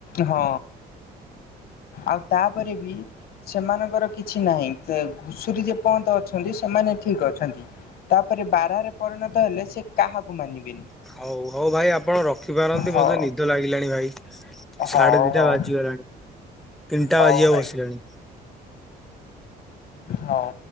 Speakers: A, on the left (about 65°); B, in the centre.
A: ହଁ। ଆଉ ତାପରେ ବି ସେମାନଙ୍କର କିଛି ନାହିଁ ଘୁଷୁରୀ ଯେ ପର୍ଯ୍ୟନ୍ତ ଅଛନ୍ତି ସେମାନେ ଠିକ ଅଛନ୍ତି ତାପରେ ବାରାହ୍ ରେ ପରିଣତ ହେଲେ ସେ କାହାକୁ ମାନିବେନି।
B: ହଉ ହଉ ଭାଇ ଆପଣ ରଖିପାରନ୍ତ,
A: ହଉ
B: ମତେ ନିଦ ଲାଗିଲାଣି ଭାଇ। ସାଢେ
A: ହଉ
B: ଦିଟା
A: ହଉ
B: ବାଜିଗଲାଣି ତିନିଟା
A: ହଉ
B: ବାଜିବା
A: ଭାଇ
B: ବସିଲାଣି।
A: ହଉ।